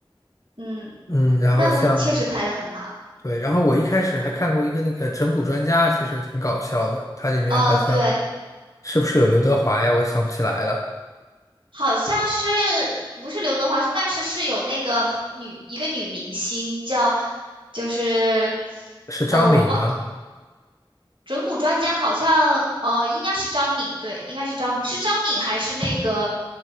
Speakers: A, on the right; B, on the left.
A: 嗯，
B: 嗯，然后像
A: 那部确实拍的很好。
B: 对，然后我一开始还看过一个那个整蛊专家，其实挺搞笑的，它里面好像。
A: 哦，对，
B: 是不是有刘德华呀？我想不起来了，
A: 好像是不是刘德华，但是是有那个女一个女明星叫，就是，
B: 是张敏吗？
A: 呃，我忘整蛊专家好像，呃，应该是张敏，对，应该是张敏，是张敏还是那个，